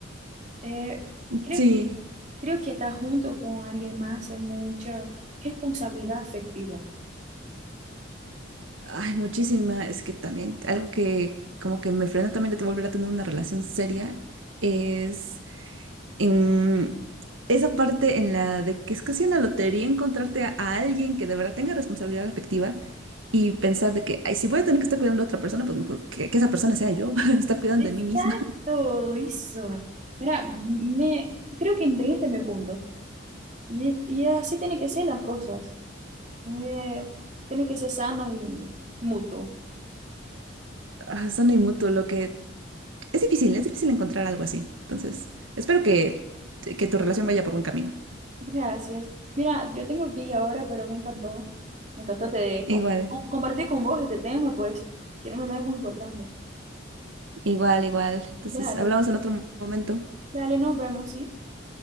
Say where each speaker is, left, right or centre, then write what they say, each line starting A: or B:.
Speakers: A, on the right; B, on the right.
A: Eh, creo
B: Sí,
A: que, creo que estar junto con alguien más es mucha responsabilidad afectiva.
B: Ay, muchísima. Es que también algo que como que me frena también de volver a tener una relación seria es en esa parte en la de que es casi una lotería encontrarte a, a alguien que de verdad tenga responsabilidad afectiva y pensar de que, ay, si voy a tener que estar cuidando a otra persona, pues mejor que, que esa persona sea yo, <laughs> estar cuidando
A: Exacto,
B: de mí misma. <laughs>
A: eso. Mira, me, creo que entendiste mi punto. Y, y así tiene que ser las cosas. Eh, tiene que ser sano y mutuo.
B: Ah, Son mutuo, lo que es difícil, es difícil encontrar algo así. Entonces, espero que, que tu relación vaya por buen camino.
A: Gracias. Mira, yo tengo que ir ahora, pero me encantó. Me encantó te,
B: Igual,
A: com- compartir con vos este tema, pues, que no es muy importante.
B: igual, igual. Entonces,
A: Dale,
B: hablamos en otro momento.
A: dale, nos vemos, ¿sí?